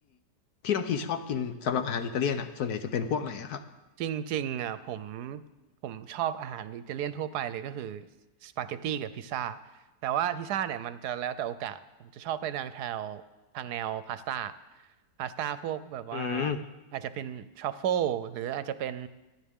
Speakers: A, on the left (about 70°); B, on the right (about 75°).
A: ที่น้องพี่ชอบกินสำหรับอาหารอิตาเลียนอ่ะส่วนใหญ่จะเป็นพวกไหนอะครับ
B: จริงๆอ่ะผมผมชอบอาหารอิตาเลียนทั่วไปเลยก็คือสปาเกตตี้กับพิซซ่าแต่ว่าพิซซ่าเนี่ยมันจะแล้วแต่โอกาสผมจะชอบไปทางแถวทางแนวพาสต้าพาสต้าพวกแบบว่า
A: อืม
B: อาจจะเป็นทรัฟเฟิลหรืออาจจะเป็น